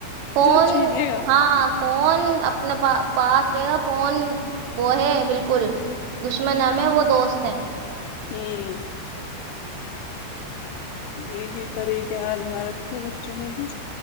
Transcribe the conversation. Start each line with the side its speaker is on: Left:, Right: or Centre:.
Right: فون
Left: جو چھینے گا
Right: ہاں فون اپنا پا پاس رہے گا فون وہ ہے بالکل دشمن ہم ہے وہ دوست ہیں
Left: ہوں یہی طریقہ آجما رکھے بچوں نے بھی